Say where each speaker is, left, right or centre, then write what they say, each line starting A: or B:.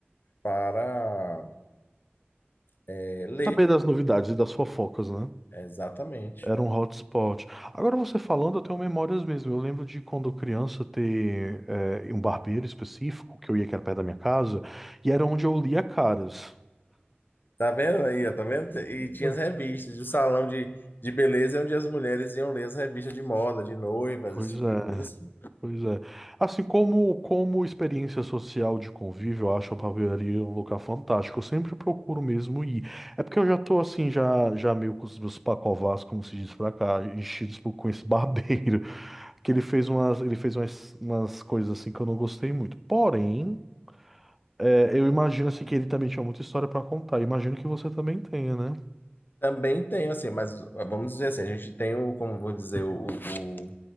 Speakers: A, on the left; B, in the centre.
A: para eh, ler.
B: Saber das novidades e das fofocas, né?
A: Exatamente.
B: Era um hotspot. Agora você falando, eu tenho memórias mesmo. Eu lembro de quando criança ter eh, um barbeiro específico que eu ia que era perto da minha casa, e era onde eu lia caras.
A: Tá vendo aí, ó, tá vendo? E tinha
B: Hum.
A: as revistas, o salão de, de beleza é onde as mulheres iam ler as revistas de moda, de noivas,
B: Pois
A: esse tipo
B: é.
A: de coisa assim.
B: Pois é. Assim como como experiência social de convívio, eu acho a barbearia um lugar fantástico. Eu sempre procuro mesmo ir. É porque eu já tô assim, já já meio com os meus pacovás, como se diz pra cá, enchidos por- com esse barbeiro, <laughs> que ele fez umas ele fez umas, umas coisas assim que eu não gostei muito. Porém, é, eu imagino assim que ele também tinha muita história pra contar. Imagino que você também tenha, né?
A: Também tem, assim, mas ah, vamos dizer assim, a gente tem o, como vou dizer, o, o- o-